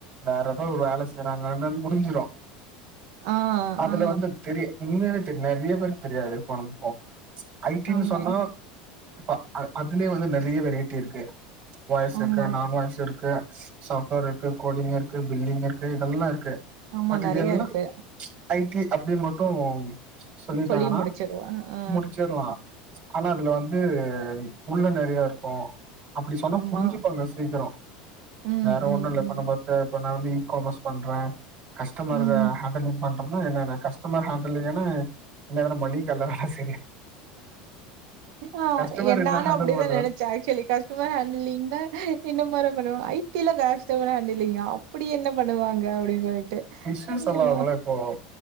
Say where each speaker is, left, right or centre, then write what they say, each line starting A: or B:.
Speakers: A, on the right (about 45°); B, on the right (about 70°).
A: வேற ஏதோ ஒரு வேல செய்றாங்கன்னனு முடிஞ்சிரும்
B: ஆ
A: அதுல
B: ஆ
A: வந்துத் தெரியா உண்மயாவேத் தெரி நெறையாப் பேருக்குத் தெரியாது கொலம்பிப்போம் ஐ டின்னு
B: ஆமா
A: சொன்னா ப்ப அதுலயே வந்து நெறைய வெரைட்டி இருக்கு வொய்ர்ஸ்ருக்கு
B: ஆமா
A: நான் வொய்யர்ஸ் இருக்கு ஸ்சாஃப்ட்வேர்ருக்கு கோடிங் இருக்கு பில்லிங் இருக்கு இதெல்லா இருக்கு
B: ஆமா
A: பட்
B: நெறையா
A: இது எல்லா
B: இருக்கு
A: ஐ டி அப்டின் மட்டும் சொல்லிட்டாங்கன்னா
B: சொல்லி முடிச்சிருவா. ஆ
A: முடிச்சிற்லா ஆனா அதுல வந்து உள்ள நொறையாருக்கு அப்டி சொன்னாப்
B: ஆமா.
A: புரிஞ்சுப்பாங்க சீக்கரோ
B: ம்,
A: வேற
B: ம்,
A: ஒண்ணுல்ல
B: ம்.
A: இப்ப நம்பத் தே இப்ப நாவந்து ஈக்காமர்ஸ் பண்றேன் கஸ்டமர்வே
B: ம்.
A: ஹேண்டலிங் பண் றன்னா என்னன்ன கஸ்டமர் ஹேண்டலிங்ன்னா என்ன எதனா மள்ளிக் கடயில வேல செய்
B: ஆஹ்
A: கஸ்டமர்
B: என்னானா
A: என்ன ஹேண்டல்
B: அப்டிதான்
A: பண்ணுவ
B: நெனச்சேன் ஆக்ச்சுவலி கஸ்டமர் ஹேண்டலிங்ன்னா இன்ன மாரியா பண்ணுவா ஐ டி ல கஸ்டமர் ஹாண்டலிங்கா அப்புடி என்னப் பண்ணுவாங்க அப்டின்னு சொல்லிட்டு
A: பிஸ்னஸல்லா
B: யா
A: அவங்களேப் போவோ